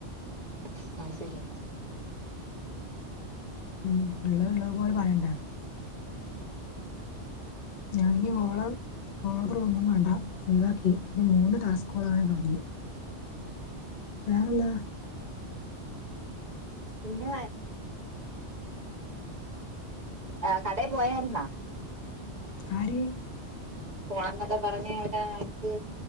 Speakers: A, on the right (about 40°); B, on the left (about 60°).
A: ഉം അയ്‌ ശരിയ.
B: ഉം ഉള്ള ഉള്ളെ പോലെ പറയണ്ടേ ഞാൻ ഓള ഓർഡർ ഒന്നും വേണ്ട ഒഴിവാക്കി എന്റെ മൂന്ന് ട്ടാസ്കോള ൻ കാണി വേറെ എന്താ
A: പിന്നെ ആ കടയിൽ പോയായിരുന്നാ?
B: ആര്
A: പോണം എന്നൊക്കെ പറഞ് ലേ അടുത്ത്